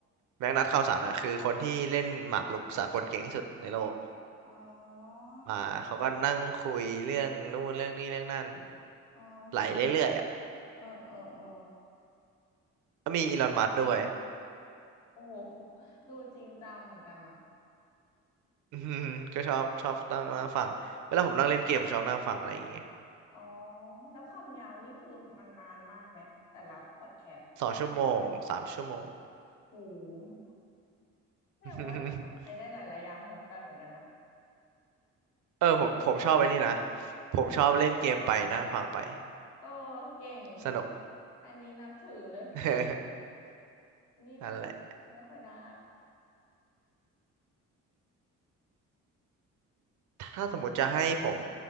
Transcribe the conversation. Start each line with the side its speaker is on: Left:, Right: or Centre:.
Right: แม็กนัสข่าวสารอ่ะคือคนที่เล่นหมากรุกสากลเก่งที่สุดในโลก
Left: อ๋อ
Right: มาเขาก็นั่งคุยเรื่องนู่นเรื่องนี้เรื่องนั่น
Left: อ๋อฮะ
Right: ไหลเรื่อยๆอ่ะ
Left: เออเออเออ
Right: ก็มีอีลอนมัสก์ด้วย
Left: อ๋อ
Right: <laughs>
Left: โอ้โห <laughs> ดูจริงจังเหมือนกันนะ
Right: อืมก็ชอบชอบนั่งนั่งฟังเวลาผมนั่งเล่นเกมผมชอบนั่งฟังอะไรอย่างเงี้ย
Left: อ๋อ แล้วความยาวนี่คือมันนานมากไหมแต่ละพอดแคสต์
Right: สองชั่วโมงสามชั่วโมง
Left: โอ้โหแสดงว่าทำอะไรได้หลายๆอย่างพร้อมกันเหมือนกันนะ
Right: <laughs> เออผมผมชอบไอ้นี่นะผมชอบเล่นเกมไปนั่งฟังไป
Left: เออเก่ง
Right: สนุก
Left: อันนี้นับถือเลย
Right: <laughs>
Left: อันนี้แบบไม่ค่อยได้
Right: นั่นแหละถ้าสมมติจะให้ผม